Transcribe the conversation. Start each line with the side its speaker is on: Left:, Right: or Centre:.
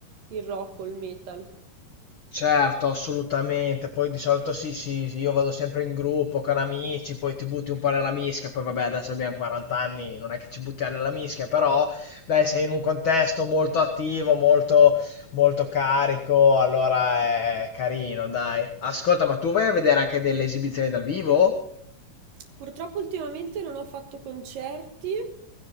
Right: il rock o il metal.
Left: certo, assolutamente. Poi di solito sì, sì, sì, io vado sempre in gruppo con amici, poi ti butti un po' nella mischia, poi vabbè, adesso abbiamo 40 anni, non è che ci buttiamo nella mischia, però dai, sei in un contesto molto attivo, molto, molto carico, allora è carino, dai. Ascolta, ma tu vai a vedere anche delle esibizioni dal vivo?
Right: Purtroppo ultimamente non ho fatto concerti,